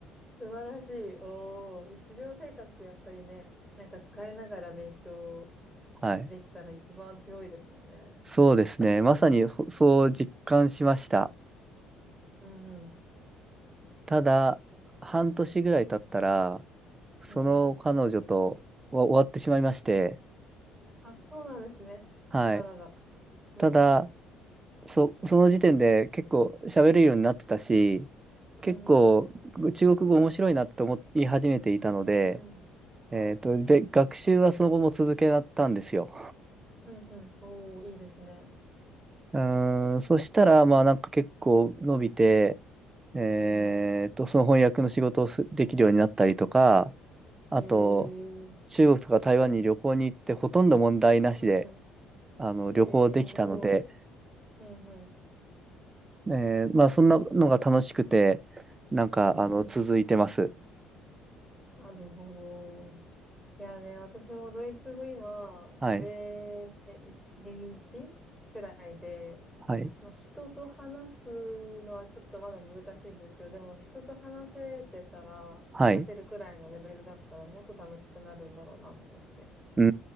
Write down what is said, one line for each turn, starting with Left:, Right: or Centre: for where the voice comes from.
Centre: 素晴らしい。おー。日常生活でやっぱりね、なんか使いながら勉強
Right: はい。
Centre: できたら一番強いですよね。
Right: そうですね。まさにほそう実感しました。
Centre: うん、うん。
Right: ただ、半年ぐらい経ったら、その彼女とは終わってしまいまして、
Centre: うん。あ、そうなんですね。
Right: はい。
Centre: あららら。うん、
Right: ただ、
Centre: うん。
Right: そ、その時点で結構喋れるようになってたし、
Centre: うん、
Right: 結構中国語面白いなって思い始めていたので、
Centre: うん。うん、うん。はい。
Right: えっと、で、学習はその後も続けたんですよ。
Centre: うん、うん。おー、いいですね。
Right: うーん、そしたら、まあなんか結構伸びて、えーっと、
Centre: うん、う
Right: その翻訳の仕事をすできるようになったりとか、あと、
Centre: ん。へえ。うん、
Right: 中国とか台湾に旅行に行ってほとんど問題なしで、
Centre: うん。
Right: あの、
Centre: へえ、
Right: 旅行できたので、
Centre: すごい。うんうん。
Right: えーまあそんなのが楽しくて、なんか、
Centre: うんうん。
Right: あの、続いてます。
Centre: なるほど。いやね、私もドイツ語今、
Right: はい。
Centre: ベー1くらいで、
Right: はい。
Centre: まあ人と話すのはちょっとまだ難しいんですよ。でも人と話せてたら、
Right: はい。
Centre: 話せるくらいのレベルだったらもっと楽しくなるんだろうなと思って。
Right: うー